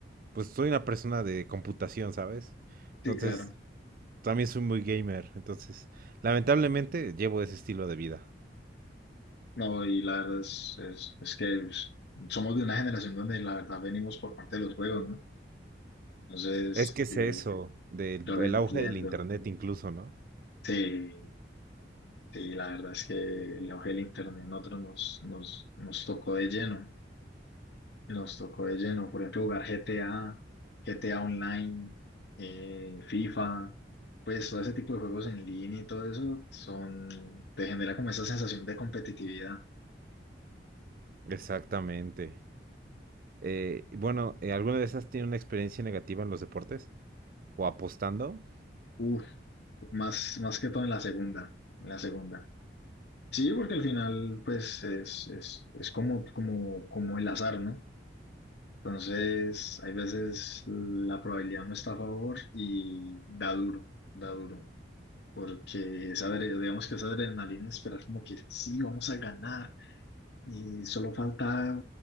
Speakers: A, on the right; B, on the left.
A: pues soy una persona de computación, ¿sabes? Entonces,
B: sí, claro.
A: También soy muy gamer, entonces lamentablemente llevo ese estilo de vida.
B: No, y la verdad es, es, es que pues, somos de una generación donde la verdad venimos por parte de los juegos, ¿no? Entonces,
A: Es que es
B: yo,
A: eso, del
B: yo lo
A: el
B: entiendo.
A: auge del internet incluso, ¿no?
B: Sí, sí, la verdad es que el auge del internet a nosotros nos, nos, nos tocó de lleno. Nos tocó de lleno, por ejemplo, jugar GTA, GTA Online, eh, FIFA, pues todo ese tipo de juegos en línea y todo eso son, te genera como esa sensación de competitividad.
A: Exactamente. Eh, bueno, eh, ¿alguna de esas tiene una experiencia negativa en los deportes? ¿O apostando?
B: Uf, más, más que todo en la segunda, en la segunda. Sí, porque al final, pues, es, es, es como, como, como el azar, ¿no? Entonces, hay veces la probabilidad no está a favor y da duro, da duro. porque esa, adre- digamos que esa adrenalina de esperar como que sí, vamos a ganar y solo falta